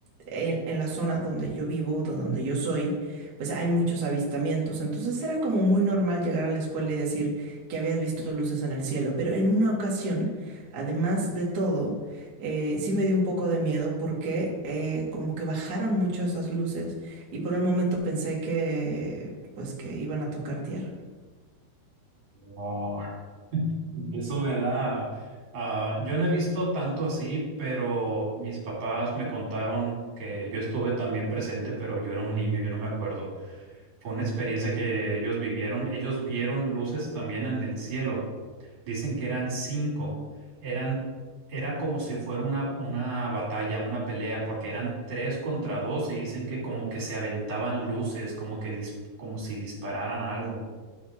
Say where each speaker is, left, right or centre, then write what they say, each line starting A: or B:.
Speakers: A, on the right (about 80°); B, on the right (about 45°).
A: en, en la zona donde yo vivo, do- donde yo soy, pues hay muchos avistamientos. Entonces era como muy normal llegar a la escuela y decir que habías visto luces en el cielo. Pero en una ocasión, además de todo, eh, sí me dio un poco de miedo porque eh, como que bajaron mucho esas luces y por un momento pensé que pues que iban a tocar tierra.
B: Wow. Eso me da, ah, yo no he visto tanto así, pero mis papás me contaron que yo estuve también presente, pero yo era un niño, yo no me acuerdo. Fue una experiencia que ellos vivieron. Ellos vieron luces también en el cielo. Dicen que eran cinco. Eran, era como si fuera una, una batalla, una pelea, porque eran tres contra dos y dicen que como que se aventaban luces, como que dis- como si dispararan algo.